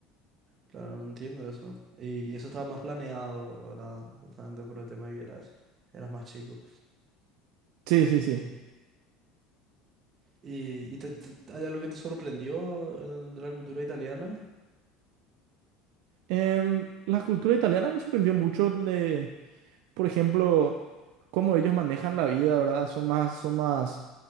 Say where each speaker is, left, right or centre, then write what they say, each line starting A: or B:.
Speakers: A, on the right (about 35°); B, on the right (about 70°).
A: Claro, no entiendo eso. Y, y eso estaba más planeado, ¿verdad? Justamente por el tema de que eras, eras más chico.
B: Sí, sí,
A: <clears throat>
B: sí.
A: Mm. ¿Y, y te- te- hay algo que te sorprendió eh, de la cultura italiana?
B: Em, la cultura italiana me sorprendió mucho, le- por ejemplo, cómo ellos manejan la vida, ¿verdad? Son más, son más,